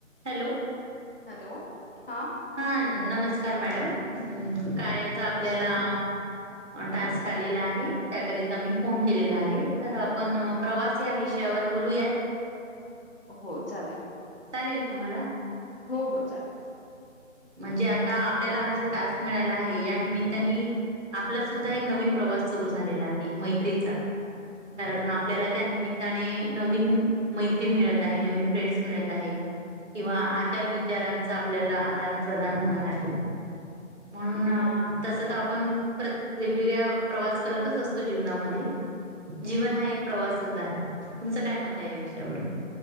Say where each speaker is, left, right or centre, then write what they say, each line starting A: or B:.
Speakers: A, on the right; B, on the left.
A: Hello.
B: Hello. हा.
A: हा नमस्कार मॅडम, कार्याचा
B: नमस्ते
A: आपल्याला टास्क आलेला आहे. त्याकरिता मी फोन केलेला आहे, तर आपण प्रवा त्या विषयावर बोलूयात.
B: हो चालेल.
A: चालेल तुम्हाला?
B: हो, हो चालेल.
A: म्हणजे आता आपल्याला हा जो टास्क मिळाला आहे, या निमित्तानी आपला सुद्धा एक नवीन प्रवास सुरू झालेला आहे मैत्रीचा, कारण
B: बरोबर
A: आपल्याला त्या निमित त्याने नवीन मैत्री मिळत आहे, नवीन फ्रेंड्स मिळत आहे. किंवा आचार विचारांचा आपल्याला आदान -प्रदान होणार आहे. म्हणून
B: हो
A: तस तर आपण प्रत वेगवेगळ्या प्रवास करतच असतो जीवनामध्ये. जीवन हा एक प्रवासच आहे, तुमचं काय मत आहे या विषयावर?